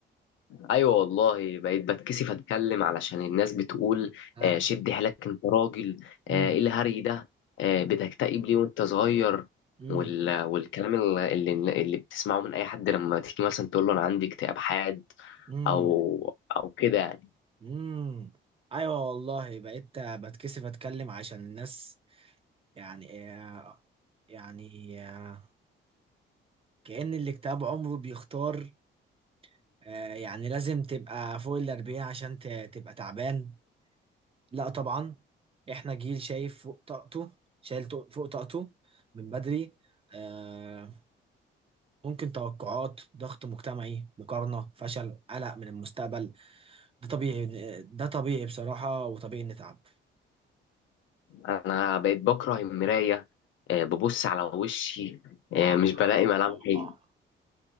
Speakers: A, on the left; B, on the right.
A: ايوه والله بقيت بتكسف اتكلم علشان الناس بتقول
B: اه
A: آه شد حيلك انت راجل آه
B: امم
A: ايه الهري ده آه بتكتئب ليه وانت صغير
B: امم
A: وال... والكلام اللي... اللي اللي بتسمعه من اي حد لما تيجي مثلا تقول له انا عندي اكتئاب حاد
B: امم
A: او او كده يعني.
B: امم ايوه والله بقيت بتكسف اتكلم عشان الناس يعني آه، يعني آه، كأن اللي كتاب عمره بيختار آه، يعني لازم تبقى فوق الأربعين عشان ت- تبقى تعبان لا طبعا احنا جيل شايف فوق طاقته شايل طو- فوق طاقته من بدري آه، ممكن توقعات ضغط مجتمعي مقارنة فشل قلق من المستقبل ده طبيعي ده طبيعي بصراحة وطبيعي نتعب
A: انا بقيت بكره المرايه آه، ببص على وشي آه،
B: آه
A: مش بلاقي ملامحي
B: آه